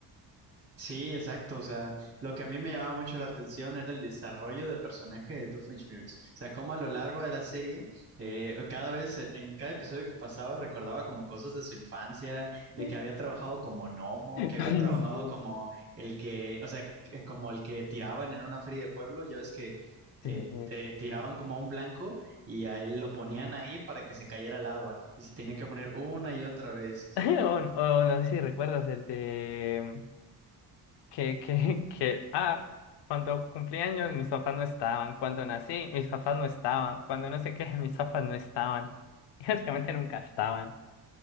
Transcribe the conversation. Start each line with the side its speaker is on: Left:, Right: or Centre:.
Right: Sí, exacto. O sea, lo que a mí me llamaba mucho la atención era el desarrollo de personaje de Doofenshmirtz. O sea, cómo a lo largo de la serie, eh, cada vez, en, en cada episodio que pasaba, recordaba como cosas de su infancia, de
Left: <laughs>
Right: que había trabajado como gnomo, que había
Left: Ay,
Right: trabajado como el que, o sea, que- como el que tiraban en una feria de pueblo. Ya ves que
Left: sí,
Right: eh,
Left: sí, sí.
Right: te
Left: sí.
Right: tiraban como a un blanco y a él lo ponían ahí para que se cayera al agua y se tenía que poner una y otra vez.
Left: <laughs> O, o no sé si recuerdas el de... que, que, <laughs> que, ah, cuando cumplí años mis papás no estaban, cuando nací mis papás no estaban, cuando no sé qué <laughs> mis papás no estaban. <laughs> básicamente nunca estaban.